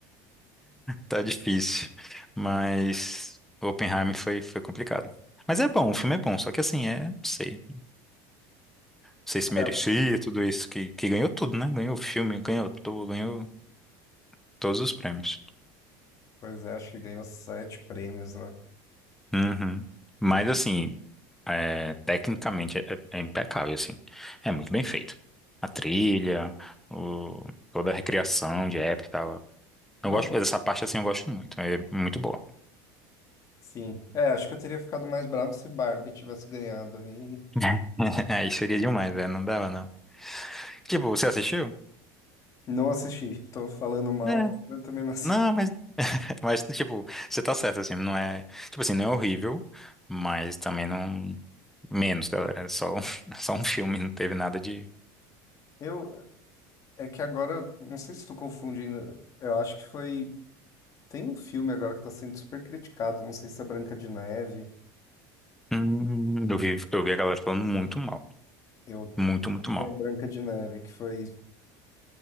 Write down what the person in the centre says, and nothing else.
tá difícil. Mas Oppenheimer foi, foi complicado. Mas é bom, o filme é bom, só que assim, é, não sei, não sei se merecia
tudo isso, que, que ganhou tudo, né? Ganhou filme, ganhou ator, ganhou todos os prêmios.
Uhum. Mas assim, é, tecnicamente é, é impecável, assim. É muito bem feito. A trilha, o- toda a recriação de época e tal.
Eu gosto dessa parte, assim, eu gosto muito. É muito boa.
<laughs> Aí seria demais, né? Não dava, não. Tipo, você assistiu?
É.
Não, mas, mas, tipo, você tá certo, assim, não é... Tipo assim, não é horrível, mas também não... Menos, galera. É só, um- <laughs> só um filme, não teve nada de...
Hum, eu vi, eu vi a galera falando muito mal.
Muito, muito mal.